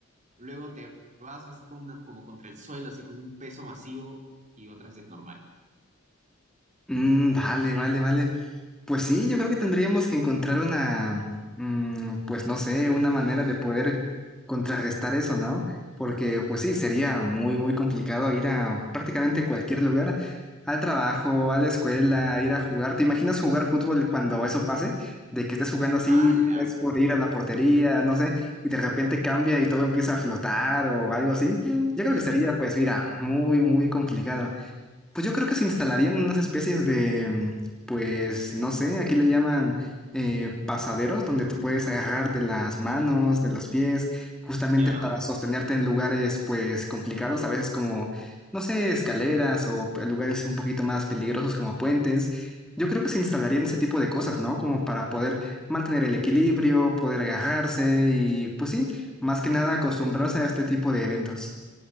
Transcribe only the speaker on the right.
luego te vas así como, una- como contra el suelo, así con un peso masivo, y otras es normal.
¡Hala!
<laughs>
¿Ya?